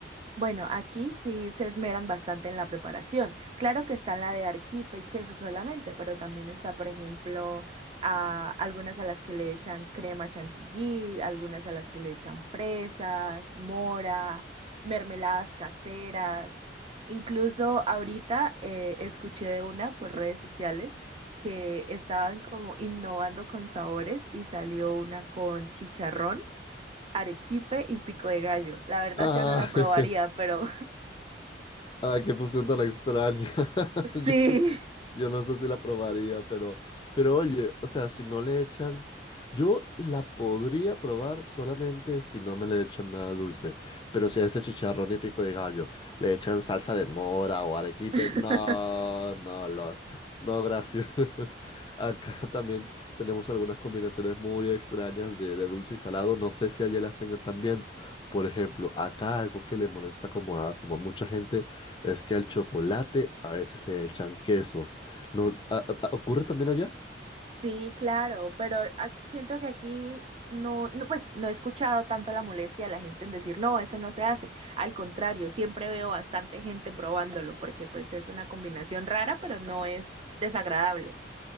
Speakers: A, on the right; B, on the left.
A: Bueno, aquí sí se esmeran bastante en la preparación. Claro que está la de arequipe y queso solamente, pero también está, por ejemplo, a algunas a las que le echan crema chantilly, algunas a las que le echan fresas, mora, mermeladas caseras. Incluso ahorita eh, escuché de una por redes sociales que estaban como innovando con sabores y salió una con chicharrón arequipe y pico de gallo. La verdad
B: Ah,
A: yo no la probaría,
B: <laughs>
A: pero
B: Ay, qué fusión tan extraña. <laughs>
A: <laughs> sí.
B: Yo no sé si la probaría, pero, pero oye, o sea, si no le echan, yo la podría probar solamente si no me le echan nada dulce. Pero si a ese chicharrón y pico de gallo le echan salsa de mora o arequipe,
A: <laughs>
B: no, no, no, no, gracias. <laughs> Acá también tenemos algunas combinaciones muy extrañas de, de dulce y salado. No sé si allá las tengan también. Por ejemplo, acá algo que le molesta como a, como a mucha gente es que al chocolate a veces le echan queso. No, ¿a- a- a- ocurre también allá?
A: Sí, claro, pero ac- siento que aquí no, no, pues no he escuchado tanto la molestia de la gente en decir, no, eso no se hace. Al contrario, siempre veo bastante gente probándolo porque pues es una combinación rara, pero no es desagradable.